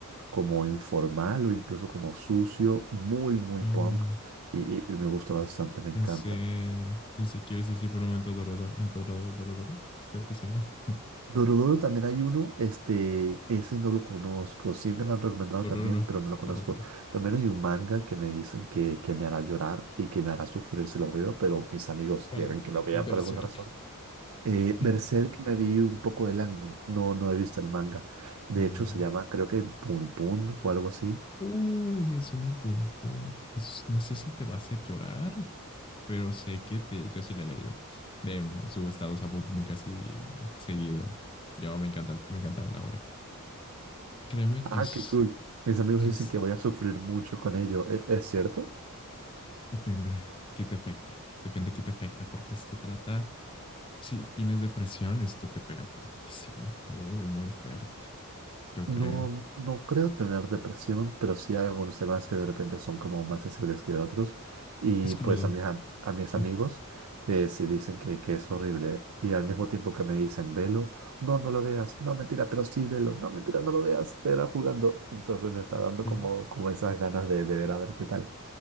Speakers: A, on the right; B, on the left.
A: como informal o incluso como sucio, muy, muy
B: Mm,
A: punk, y, y- y me gusta bastante, me
B: pensé,
A: encanta.
B: pensé que ibas a decir por un momento Dorodoro, en Doro- Dorodoro, creo que se llama. <laughs>
A: Dorodoro también hay uno, este, ese no lo conozco, sí me lo han recomendado
B: Dororo,
A: también, pero no lo conozco.
B: Dorodoro.
A: También hay un manga que me dicen que, que me hará llorar y que me hará sufrir si lo veo, pero mis amigos quieren
B: ¿Cuál?
A: que lo vea
B: Berserk.
A: por alguna razón. Eh, Berserk
B: <laughs>
A: me vi un poco del anime, no, no he visto el manga. De
B: Uy,
A: hecho, se llama, creo que Pun Pun o algo así.
B: Uy, Yasumi Pum Pum. Pues no sé si te va a hacer llorar, pero sé que te, yo sí la he leído. Créeme, subo estados a Pum Pum casi seguido. Yo me encanta, me encanta la obra. Créeme
A: Ah,
B: que es,
A: qué cool. Mis amigos
B: que
A: dicen
B: es,
A: que voy a sufrir mucho con ello. ¿E- ¿Es cierto?
B: depende qué te afecta. Depende qué te afecta, porque esto trata. si tienes depresión, esto te pega fuertísimo, muy, muy fuerte, yo
A: No,
B: creo.
A: no creo tener depresión, pero sí hay algunos temas que de repente son como más sensibles que otros. Y
B: Es crudo.
A: pues a mis, am- a mis amigos
B: <laughs>
A: eh, sí dicen que, que es horrible. Y al mismo tiempo que me dicen, velo, no, no lo veas. No, mentira, pero sí, velo. No, mentira, no lo veas. Te era jugando. Entonces me está dando
B: Y-
A: como, como esas ganas de, de ver a ver qué tal.